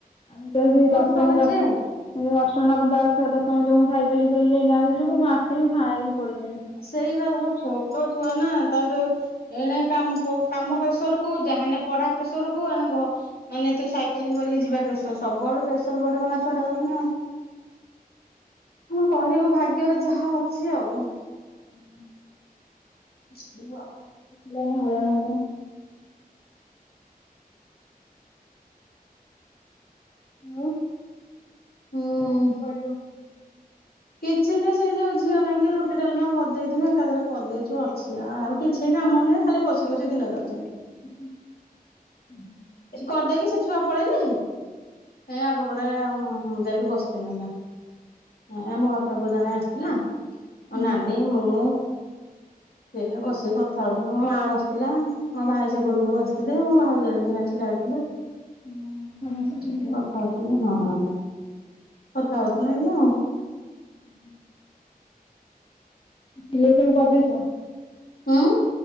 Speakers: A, on the left; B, on the left.
A: ଆମେ ତ
B: ଛୋଟ
A: ହେଇଠି ଦଶମ
B: ଛୁଆ ନା ସିଏ
A: <unintelligible> ସେଇ ଅଷ୍ଟମ ନବମ ତାସ୍ ରେ ଦଶମ ଯୋଉଁ, ମୁଁ ସାଇକେଲିଙ୍ଗ୍ କରିକି ଯାଇଁ ଗାଁ ଭିତରକୁ, ମୁଁ ଆସିବି ଫାଇଁକି ପଡିଯିମି।
B: ସେଇବା ଧର ଛୋଟ ଛୁଆ ନା, ତା'ପରେ ଏଣେ କାମ ପ-କାମ ପ୍ରେସରକୁ ଯାହେନେ, ପଢା ପ୍ରେସର କୁ ଏଣେ ଘ ମାନେ ତୁ ସାଇକେଲିଂ କରିକି ଯିବା ପ୍ରେସର୍। ସବୁଆଡୁ ପ୍ରେସର୍ ବଢିବ ନା ଛୁଆଟାକୁ ଏଇନେ ଆଉ। କଣ କରିବୁ, ଭାଗ୍ୟରେ ଯାହା ଅଛି ଆଉ?
A: <inaudible>
B: ଯିବୁ ଆଉ।
A: ମିଳନ ହବନା, ହବନା। ଆଉ,
B: ହୁଁ।
A: ଏଇନା କଣ କରିବ?
B: କିଛି, ନୁହେଁ, ସେଇ ଯୋଉ ଝିଅ ନାଗି ରୁଟି ଡାଲମା କରିଦେଇଥିନୁ, ଏକାଥରେ କରିଦେଇଛୁ, ଅଛି ଆଉ କିଛି କାମ ନୁହେଁ, ଖାଲି ବସି ବସି ଦିନ ଯାଉଛି ଏଇନେ।
A: <inaudible>
B: ଏଠ କରିଦେଇକି, ସେ ଛୁଆ ପଳେଇଲେ, ହେଇ ଆଗପଟେ ମୁଁ ଯାଇକି ବସିଥିଲିନୁ ଏଇନା। ହଁ, ଆମ ଘର ପାଖକୁ ଜଣେ ଆସିଥିଲାଁ, ମୋ
A: ହୁଁ।
B: ନାନୀ, ମୁଁ ସେ ବସିକି କଥା ହଉଥୁନୁ, ମୋ ମା ବସିଥିଲା। ମୋ ଭାଇ ସେ ଘରକୁ ବସିଥିଲେ, ମୋ ଭାଉଜକୁ ଯାଇଥିନେ ଛିଡାହେଇଥିଲେ।
A: ହଁ ସମସ୍ତେ ଥିଲେ
B: ହୁଁ
A: ଆଉ।
B: କଥା ହଉଥୁ ଉ, ହଁ, କଥା ହଉଥୁନୁ, ଏଇଆଁ।
A: ଉ, ହୁଁ। ପିଲେ ସବୁ କରିଦେଇଚ?
B: ହଁ।